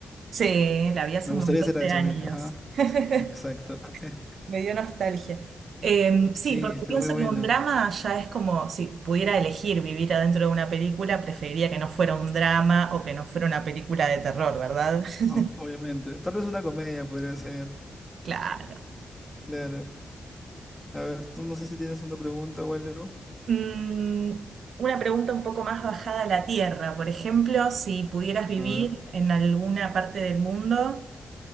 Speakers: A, on the right; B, in the centre.
A: Sí, la vi hace
B: Me
A: un
B: gustaría
A: montón
B: ser hacha
A: de años.
B: a mí. Ajá,
A: <laughs>
B: exacto. <laughs>
A: Me dio nostalgia. Em, sí,
B: Sí,
A: porque
B: es que
A: pienso
B: es muy bueno,
A: que un drama ya es como, si pudiera elegir vivir adentro de una película, preferiría que no fuera un drama o que no fuera una película de terror, ¿verdad? <laughs>
B: o- obviamente. Tal vez una comedia podría ser,
A: Claro.
B: claro. A ver, tú no sé si tienes una pregunta o algo.
A: Mm, una pregunta un poco más bajada a la tierra. Por ejemplo, si pudieras vivir
B: A ver,
A: en alguna parte del mundo,